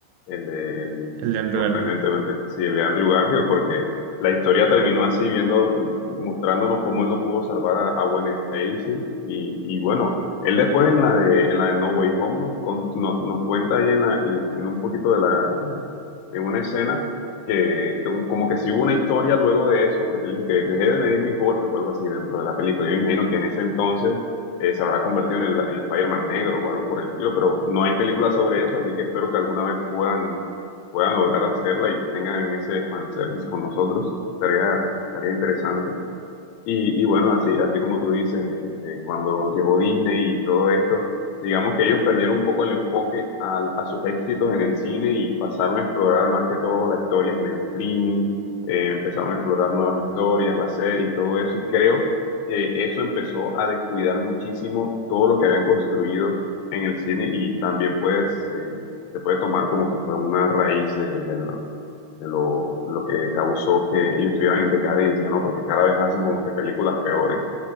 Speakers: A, on the left; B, on the right.
A: el de, el-
B: el de Andrew
A: sorprendentemente,
B: Garfield.
A: sí, el de Andrew Garfield, porque la historia terminó así, viendo, mostrándonos cómo él no pudo salvar a, a Gwen Stacy y, y bueno, él después en la de, en la de No Way Home nos, con- no- nos cuenta ahí en, la- en en un poquito de la, en una escena que, que como que si hubo una historia luego de eso, porque él dijo que dejé de medir mis golpes o algo así dentro de la película. Yo me imagino que en ese entonces eh, se habrá convertido en el, en el Spider-Man negro o algo por el estilo, pero no hay película sobre eso, así que espero que alguna vez puedan, puedan lograr hacerla y tengan ese fanservice con nosotros. Estaría, estaría interesante. Y, y bueno, así, así como tú dices, eh, eh, cuando llegó Disney y todo esto, digamos que ellos perdieron un poco el enfoque al- a, sus éxitos en el cine y pasaron a explorar más que todo las historias en el streaming, eh, empezaron a explorar nuevas historias, la serie y todo eso. Y creo que eso empezó a descuidar muchísimo todo lo que habían construido en el cine y también pues eh, se puede tomar como que fue una raíz de, de la- de lo, lo que causó que ellos estuvieran en decadencia, ¿no? Porque cada vez hacen como que películas peores.